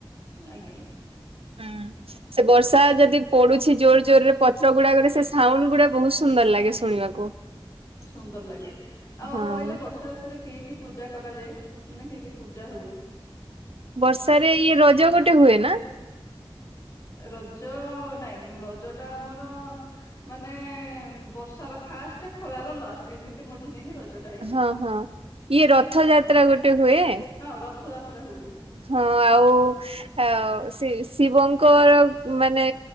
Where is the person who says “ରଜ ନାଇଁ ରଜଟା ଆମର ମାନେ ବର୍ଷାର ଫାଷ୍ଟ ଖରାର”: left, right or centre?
Left